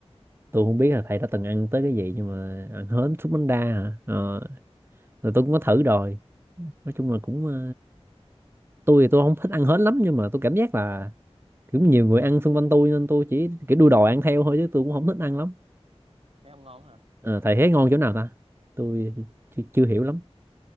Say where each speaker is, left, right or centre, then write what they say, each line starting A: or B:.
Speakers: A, on the right; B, on the right.
A: tôi không biết là thầy đã từng ăn tới cái gì nhưng mà ăn hến súp bánh đa hả Ờ, rồi tôi cũng có thử rồi nói chung là cũng ờ, tôi thì tôi không thích ăn hến lắm nhưng mà tôi cảm giác là kiểu nhiều người ăn xung quanh tôi nên tôi chỉ kiểu đu đòi ăn theo thôi chứ tôi cũng không thích ăn lắm
B: thấy không ngon hả
A: Ờ, thầy thấy ngon chỗ nào ta tôi chưa, chưa hiểu lắm